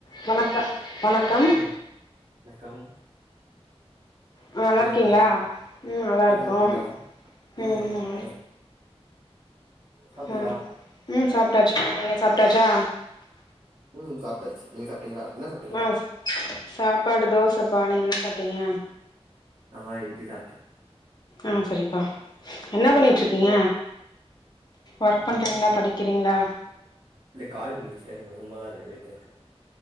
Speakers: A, on the left; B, on the right.
A: வணக்கம் வணக்கம்
B: ஆ வணக்கம் வணக்கம்
A: ஆ நல்லா
B: எப்டி
A: இருக்கீங்ளா
B: இருக்கீங்க
A: ம் நல்லாருக்கோம்
B: நல்லா இருக்கீங்களா
A: ம்
B: நல்லா இருக்கோ சாப்ட்டீங்களா
A: ஆ ம் சாப்ட்டாச்சு நீங்க சாப்ட்டாச்சா
B: ம் சாப்டாச்சு நீங்க சாப்ட்டீங்ளா என்ன சாப்ட்டீங்க
A: ஆ சாப்பாடு தோசப்பா நீங்க என்ன சாப்ட்டீங்க
B: நா இட்லி சாப்ட்டே
A: ஆ சரிப்பா என்னா பண்ணிட்ருக்கீங்க
B: நீங்க?
A: ஒர்க்
B: நானா
A: பண்றீங்களா படி க்கிறீங்ளா
B: காலேஜ் முடிச்சிட்டே சும்மாதா இருக்கே வீட்ல இருக்கே